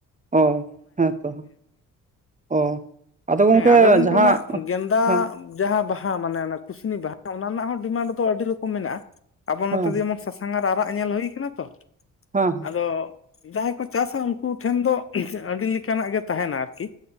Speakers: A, on the right; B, on the left.
A: ᱦᱚ, ᱦᱮᱸ ᱛᱚ ᱚ ᱟᱫᱚ ᱜᱚᱢᱠᱮ
B: ᱦᱮᱸ ᱜᱚᱝᱠᱮ
A: ᱡᱟᱦᱟᱸ
B: ᱚᱱᱟ ᱜᱮᱸᱫᱟ
A: ᱦᱮᱸ
B: ᱡᱟᱦᱟᱸ ᱵᱟᱦᱟ ᱢᱟᱱᱮ ᱚᱱᱟ ᱠᱩᱥᱱᱤ ᱡᱟᱦᱟᱸ ᱵᱟᱦᱟ ᱚᱱᱟ ᱨᱮᱱᱟᱜ ᱦᱚᱸ ᱰᱤᱢᱟᱱᱰ ᱫᱚ ᱟᱹᱰᱤ ᱨᱚᱠᱚᱢ ᱢᱮᱱᱟᱜᱼᱟ, ᱟᱵᱚ
A: ᱦᱮᱸ
B: ᱱᱚᱛᱮ ᱡᱮᱢᱚᱱ ᱥᱟᱥᱟᱝ ᱟᱨ ᱟᱨᱟᱜ ᱧᱮᱞ ᱦᱩᱭ ᱟᱠᱟᱱᱟ ᱛᱚ,
A: ᱦᱩᱸ,
B: ᱟᱫᱚ ᱡᱟᱦᱟᱸᱭ ᱠᱚ ᱪᱟᱥᱟ ᱩᱱᱠᱩ ᱴᱷᱮᱱ ᱫᱚ ᱟᱹᱰᱤ ᱞᱮᱠᱟᱱᱟᱜ ᱜᱮ ᱛᱟᱦᱮᱱᱟ ᱟᱨᱠᱤ,